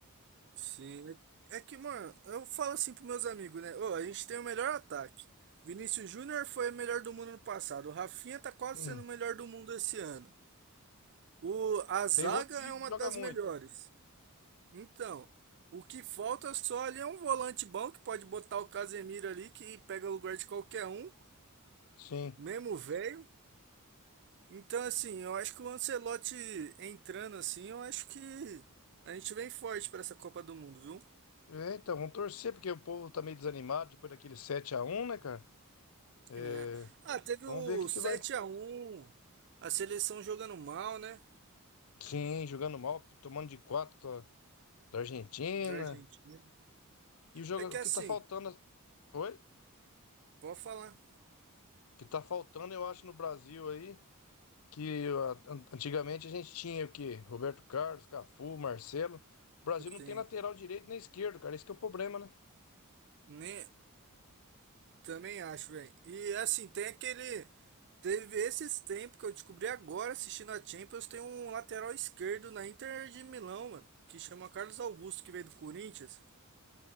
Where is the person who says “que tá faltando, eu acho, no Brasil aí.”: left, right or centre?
Left